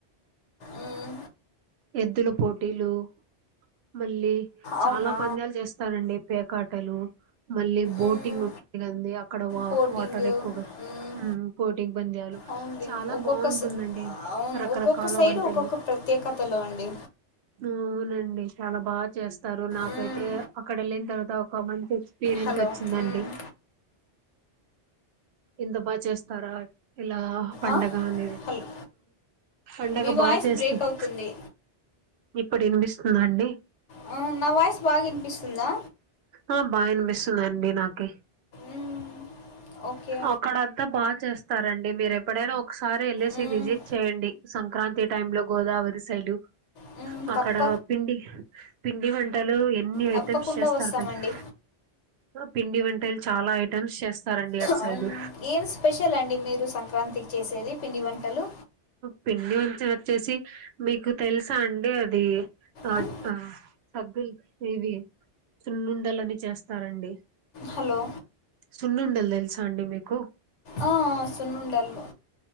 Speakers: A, on the left; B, on the right.
A: మ్మ్,
B: ఎద్దుల పోటీలు మళ్ళీ చాలా
A: అవునా
B: పందాలు చేస్తారండి పేకా టలు మళ్ళీ బోటింగ్
A: మ్మ్,
B: ఉంది అక్కడ వా
A: బోటింగ్
B: వాటర్ ఎక్కువగా
A: మ్మ్,
B: ఉమ్ బోటింగ్ బంద్యాలు
A: అవును లింక్.
B: చాలా
A: ఒక్కొక్క
B: బాగుంటుందండి
A: స- అవును
B: రకరకాల
A: ఒక్కొక్క సైడ్
B: వంటలు
A: ఒక్కొక్క ప్రత్యేకతలు అండి
B: అవునండి చాలా బాగా చేస్తారు నాకైతే
A: మ్మ్,
B: అక్కడ వెళ్ళిన తర్వాత కొమంటే ఎక్స్పీరియన్స్
A: హలో
B: వచ్చిందండి
A: మ్మ్,
B: ఎంత బాగా చేస్తారా ఇలా పండగ
A: ఆ?
B: అనేది
A: హలో
B: పండగ
A: మీ
B: బాగా
A: వాయిస్
B: చేస్తుంది
A: బ్రేక్ అవుతుంది
B: ఇప్పుడు వినిపిస్తుందండి
A: ఆ, నా వాయిస్ బాగా వినిపిస్తుందా
B: ఆ బాగా వినిపిస్తు చూడండి నాకై
A: మ్మ్. ఓకే
B: అక్కడంతా బాగా చేస్తారండి మీరు పడే ఒకసారి వెళ్ళసి
A: మ్మ్.
B: విజిట్ చేయండి సం క్రాంతి టైమ్ లో గోదావరి సైడ్
A: మ్మ్, తప్ప
B: అక్కడ పిండి పిండి వండి ఎన్ని
A: తప్పకుండా
B: ఐటమ్స్ చేస్తారు
A: వస్తామండి
B: తెలుసా పిండి వంటలు చాలా ఐటమ్స్ చేస్తారండి అడ్ సైడ్
A: మ్మ్,
B: డు
A: ఏం స్పెషల్ అండి మీరు సంక్రాంతికి చేసేది పిండి వంటలు
B: పిండి వంచ వచ్చేసి మీకు తెలుసా అండి అది అ
A: మ్మ్,
B: ఆ సద్దుల్ ఇవి సున్నుండలని చేస్తారండి
A: హలో
B: సున్నుండలు తెలుసా చండి మీకు
A: ఆ సున్నుండలు